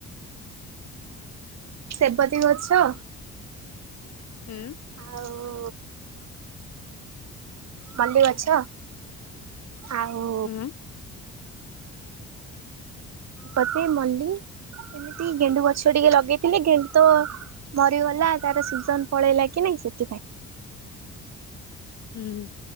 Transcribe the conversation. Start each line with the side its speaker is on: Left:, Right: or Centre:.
Right: ସେବତୀ ଗଛ।
Left: ହୁଁ।
Right: ଆଉ। ମଲ୍ଲି ଗଛ ଆଉ।
Left: ହୁଁ
Right: ବତି ମଲ୍ଲୀ ଏମିତି ଗେଣ୍ଡୁ ଗଛ ଟିକେ ଲଗେଇଥିଲି ଗେଣ୍ଡୁ ତ। ମରିଗଲା ତାର ସିଜନ ପଳେଇଲା କି ନାଇଁ ସେଥିପାଇଁ।
Left: ହୁଁ